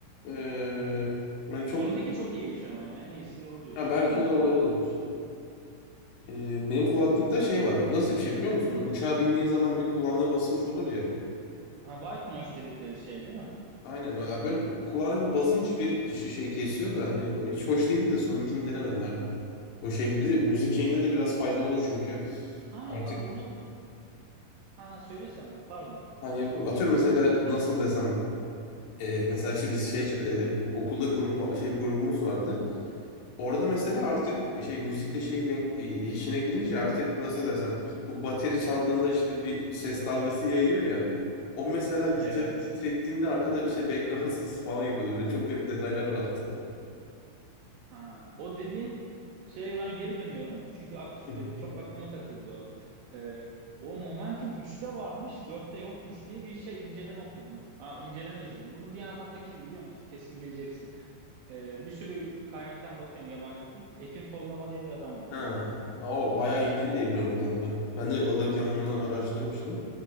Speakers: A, on the left; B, on the right.
A: E, ben çok
B: Sonundaki çok iyiymiş ama ya en iyisi o diyorlar.
A: ha, belki
B: O bulmuş
A: o da olabilir.
B: galiba o işi.
A: E, benim kulaklıkta şey var. Nasıl bir şey biliyor musun? Böyle Uçağa bindiğin zaman bir kulağında basınç olur ya.
B: Ha, white noise dedikleri şey değil mi?
A: Aynen. Ya Böyle kulağına bir basınç verip dışı şey kesiyor da hani o hiç hoş değildi de sonunkini denemedim her. O şeydi. Bir de müzik şeyinde de biraz faydalı oluyor çünkü.
B: Ha
A: Artık
B: bak onu ha, ha söylesene abi pardon.
A: Ha, yok. Atıyorum mesela nasıl desem e, mesela işte biz şey e, okulda grup şey grubumuz vardı. Orada mesela artık şey müzikle şey denk e, işine girince artık nasıl desem bu bateri çaldığında işte bir ses dalgası yayıyor ya. O mesela gitarı
B: Evet.
A: titrettiğinde arkada işte background <laughs> sesi falan yapıyordu. Böyle çok garip detaylar var altta.
B: Ha, o dediğin şeye ben geri dönüyorum. Çünkü ak-
A: <laughs>
B: e, çok aklıma takıldı o. E, o Momentum üçte varmış, dörtte yokmuş diye bir şey inceleme okudum. Ha, inceleme izledim. Bunu diyen adam da kim biliyor musun? Kesin bileceksin. Ee, bir sürü kaynaktan bakıyorum yabancı Türk. Ekin Kollama diye bir adam var.
A: Ha, o bayağı ilgili
B: O
A: diye biliyorum kulaklığı. Ben de alırken onu araştırmıştım.